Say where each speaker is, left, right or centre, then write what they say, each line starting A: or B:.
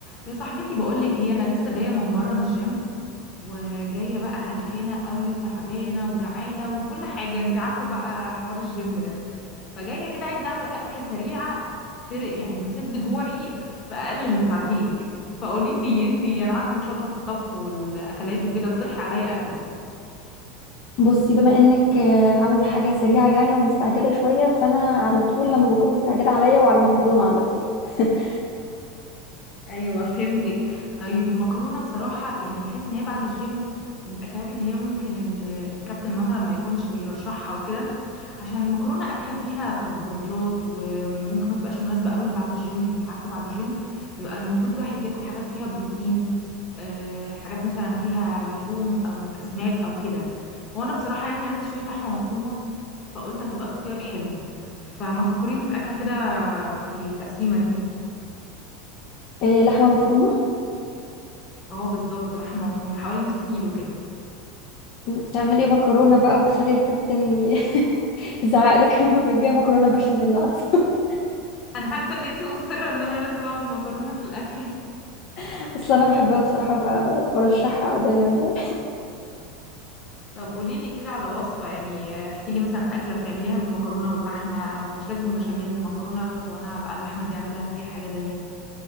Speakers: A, on the left (about 40°); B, on the left (about 55°).
A: يا صاحبتي بقولك هي انا لسه جايه من بره من الجيم وجايه بقى هلكانه قوي وتعبانه وجعانه وكل حاجه انت عارفه بقى حوار الجيم ده فجايه كده عايزه اعمل اكله سريعه تر... يعني تسد جوعي في اقل من ساعتين كده فقولي لي انت انا عارفه انك شاطره في الطبخ والاكلات وكده اقترحي عليا اكله
B: بصي بما انك آه، عاوزه حاجه سريعه يعني ومستعجله شويه فانا على طول لما بكون مستعجله عليا وعلى المكرونه على طول <laughs>
A: ايوه فهمتك طيب المكرونه بصراحه يعني بحس ان هي بعد الجيم من الاكلات اللي هي ممكن ال- الكابتن مثلا ما يكونش بيرشحها وكده عشان المكرونه اكله فيها كربوهيدرات وممكن ما تبقاش مناسبه قوي بعد الجيم انت عارفه بعد الجيم بيبقى المفروض الواحد ياكل حاجات فيها بروتين آه، حاجات مثلا فيها لحوم او اسماك او كده هو انا بصراحه يعني عندي شويه لحمه مفرومه فقلت هتبقى اختيار حلو فما تفكري لي في اكله كده في التقسيمه دي
B: آه، لحمه مفرومه
A: اه بالظبط لحمه مفرومه حوالي نص كيلو كده
B: م، تعملي مكرونه بقى وتخلي الكابتن ي- <laughs> يزعق لك المره الجايه مكرونه بشاميل على طول
A: انا حاسه ان انتي مصره ان انا لازم اعمل مكرونه في الاكله
B: <laughs> اصل انا بحبها بصراحه ب- برشحها دايما يعني
A: <laughs> طب قولي لي كده على وصفه يعني احكي لي مثلا اكله بتعمليها بالمكرونه واللحمه او مش لازم بشاميل مكرونه بس وانا هبقى اللحمه دي اعملها في اي حاجه تانية